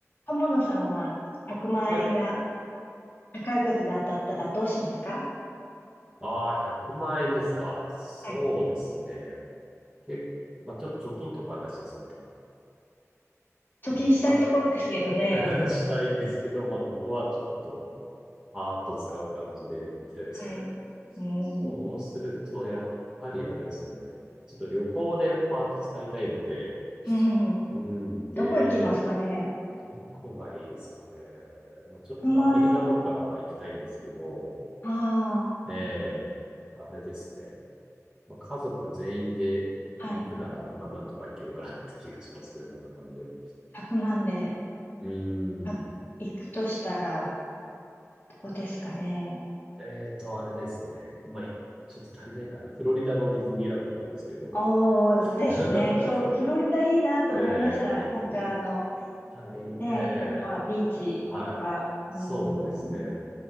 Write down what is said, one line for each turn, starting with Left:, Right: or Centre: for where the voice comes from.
Left: 友野さんは100万円が
Right: はい。
Left: 宝くじで当たったらどうしますか
Right: ああ、100万円ですか。そうですね。
Left: はい。
Right: け、まあ、ちょっと貯金とかはなしですよね、多分。
Left: 貯金したいところですけどね。
Right: まあ、パッ <laughs> したいですけど、まあ、ここはちょっと、パーッと使う感じでいきたいですよね。
Left: はい。うーん。
Right: そうすると、やっぱりあれですね。ちょっと旅行でパーッと使いたいので、
Left: うん。
Right: うん。で、
Left: どこ行きますかね
Right: どこがいいですかね。まあ、ちょっとアメリカとか行きたいんですけど、
Left: ?100 万円。ああ、
Right: ええあれですね。まあ、家族全員で行くなら、
Left: はい。
Right: まあ、なんとか行けるかなって気がしますけど、100万で。
Left: 1万で、
Right: うーん。
Left: あ、行くとしたら、どこですかね。
Right: えーと、あれですね。まあ、いちょっと足りないかな。フロリダのディズニーランド行きたいですけど。
Left: おーですね。
Right: <laughs>
Left: そう、フロリダいいなと思いました。
Right: えー、
Left: なんかあの、
Right: 行きたい。
Left: ね、
Right: え
Left: やっぱビーチとか、
Right: ー、はい。
Left: うーん、
Right: そうですね。